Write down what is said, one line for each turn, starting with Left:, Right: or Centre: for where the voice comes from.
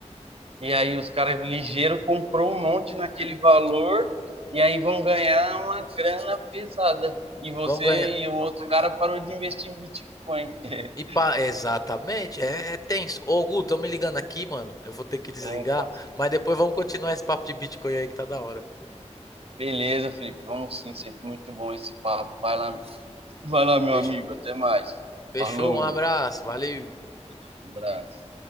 Right: E aí os caras ligeiro comprou um monte naquele valor e aí vão ganhar uma grana pesada. E você
Left: Vão ganhar.
Right: e o outro cara parou de investir em Bitcoin. <laughs>
Left: E pa... Exatamente, é, é tenso. Ô, Gu, estão me ligando aqui, mano. Eu vou ter que desligar,
Right: Opa,
Left: mas depois vamos continuar esse papo de Bitcoin aí que tá da hora.
Right: beleza, Felipe. Vamos sim, sempre muito bom esse papo. Vai lá, vai lá, meu
Left: Fech-
Right: amigo. Até mais.
Left: Fechou,
Right: Falou,
Left: um abraço, valeu.
Right: um abraço.